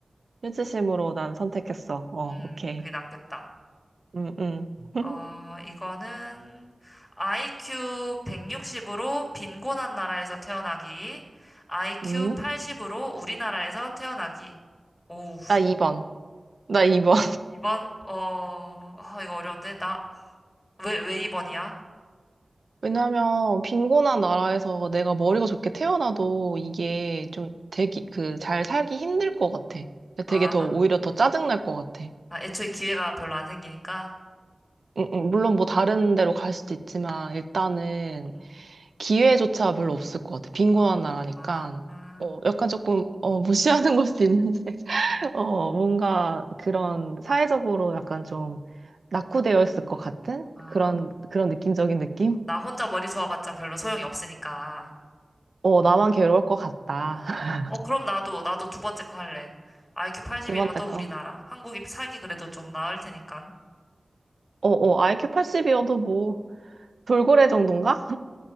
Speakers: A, on the right; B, on the left.
A: 일치심으로 난 선택했어. 어,
B: 음,
A: 오케이.
B: 그게 낫겠다.
A: 음, 음. <laughs>
B: 어, 이거는 IQ 160으로 빈곤한 나라에서 태어나기, IQ
A: 음?
B: 80으로 우리나라에서 태어나기. 오,
A: 나 2번. 나 2번.
B: 이번 어, 아, 이거 어려운데? 나, 왜, 왜 2번이야?
A: 왜냐하면 빈곤한 나라에서 내가 머리가 좋게 태어나도 이게 좀 되기 그 잘 살기 힘들 것 같아. 그러니까
B: 아,
A: 되게 더 오히려 더 짜증 날 것 같아.
B: 아, 애초에 기회가 별로 안 생기니까?
A: 음, 음, 물론 뭐 다른 데로 갈 수도 있지만 일단은
B: 음.
A: 기회조차 별로 없을 것 같아. 빈곤한
B: 아,
A: 나라니까.
B: 아,
A: 어, 약간 조금 어, 무시하는 <laughs> 걸 수도 있는데
B: 음,
A: <laughs> 어, 뭔가 그런 사회적으로 약간 좀 낙후되어 있을 것 같은
B: 아,
A: 그런 그런 느낌적인 느낌?
B: 나 혼자 머리 좋아봤자 별로 소용이 없으니까.
A: 어, 나만 괴로울 것 같다.
B: 아,
A: <laughs>
B: 어, 그럼 나도, 나도 두 번째 거 할래. IQ 80이라도
A: 두 번째
B: 우리나라.
A: 거.
B: 한국이 살기 그래도 좀 나을 테니까.
A: 어, 어, IQ 80이어도 뭐, 돌고래 정도인가?